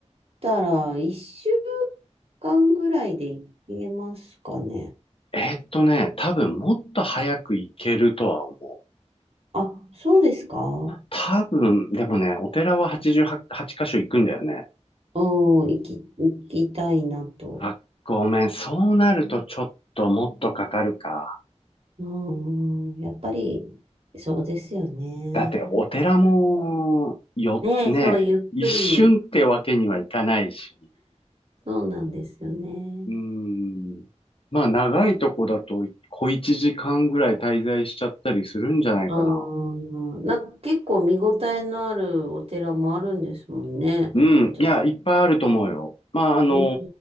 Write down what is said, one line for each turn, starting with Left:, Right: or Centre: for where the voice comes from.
Right: たら1週間ぐらいで行けますかね。
Left: えーっとね、多分もっと早く行けるとは思う。
Right: あ、そうですかうん、
Left: 多分、でもね、お寺は88箇所行くんだよね。
Right: 行き、行きたいなと。
Left: あ、ごめん。そうなるとちょっともっとかかるか。
Right: うん、うんやっぱり、そうですよね。
Left: だって、お寺も、よ、
Right: ねえ、
Left: ね、
Right: そう、ゆっくり、
Left: 一瞬ってわけにはいかないし。
Right: そうなんですよね。
Left: うーん。まあ、長いとこだと、小一時間ぐらい滞在しちゃったりするんじゃないかな。
Right: うん、なんか結構見応えのあるお寺もあるんですもんね。
Left: うん。
Right: なんかちょっ
Left: いや、いっぱいあると思うよ。まあ、あの
Right: とね。